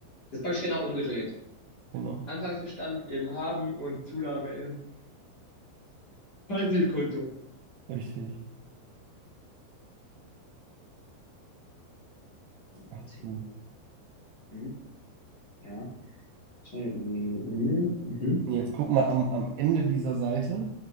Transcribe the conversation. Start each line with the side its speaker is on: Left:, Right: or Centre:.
Left: das ist praktisch genau umgedreht.
Right: genau,
Left: Anfangsbestand im Haben und Zunahme im Passivkonto.
Right: richtig. Ach
Left: Beziehung.
Right: du.
Left: Hm, ja. Hm, mhm.
Right: Nee, Jetzt guck mal, am, am Ende dieser Seite